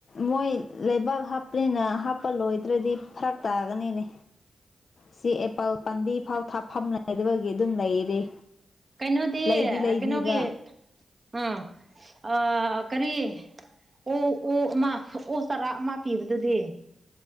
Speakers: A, on the left; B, on the right.
A: ꯃꯣꯏ ꯂꯩꯕꯥꯛ ꯍꯥꯞꯄꯅꯤꯅ ꯍꯥꯞꯄ ꯂꯣꯏꯗ꯭ꯔꯗꯤ ꯐꯔꯛ ꯇꯥꯒꯅꯤꯅꯦ ꯁꯤ ꯑꯦꯄꯜ ꯄꯥꯝꯕꯤ ꯐꯥꯎ ꯊꯥꯐꯝ ꯂꯩꯇꯕꯒꯤ ꯑꯗꯨꯝ ꯂꯩꯔꯤ
B: ꯀꯩꯅꯣꯗꯤ
A: ꯂꯩꯗꯤ
B: ꯑꯥ
A: ꯂꯩꯕꯤꯕ
B: ꯀꯩꯅꯣꯒꯤ ꯑꯥ ꯑꯥ ꯀꯔꯤ ꯑꯣ ꯑꯣ ꯑꯃ ꯎ ꯆꯔꯥ ꯑꯃ ꯄꯤꯕꯗꯨꯗꯤ